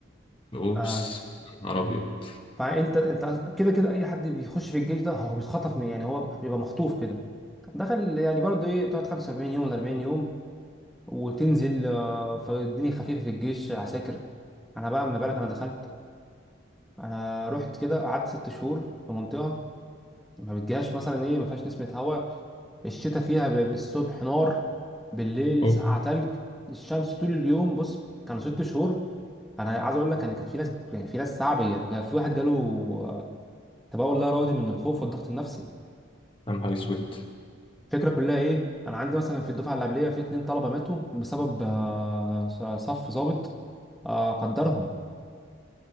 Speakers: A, on the left; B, in the centre.
A: أوبس
B: آه.
A: يا نهار أبيض
B: فانت انت كده كده اي حد بيخش في الجيش ده هو بيتخطف من يعني هو بيبقى مخطوف كده دخل يعني برضه ايه تقعد 45 يوم ولا 40 يوم وتنزل آه، فالدنيا خفيفه في الجيش عساكر انا بقى ما بالك انا دخلت انا رحت كده قعدت ست شهور في منطقه ما بتجيهاش مثلا ايه ما فيهاش نسمه هواء الشتاء فيها بيبقى الصبح نار بالليل
A: اوه
B: سقعة تلج الشمس طول اليوم بص كانوا ست شهور انا عايز اقول لك ان كانت في ناس يعني في ناس صعبه انا جا- في واحد جاله آه، تبول لا ارادي من الخوف والضغط النفسي
A: يا نهار اسود
B: الفكره كلها ايه انا عندي مثلا في الدفعه اللي قبليه في اتنين طلبه ماتوا بسبب آه، ص- صف ظابط آه، قدرهم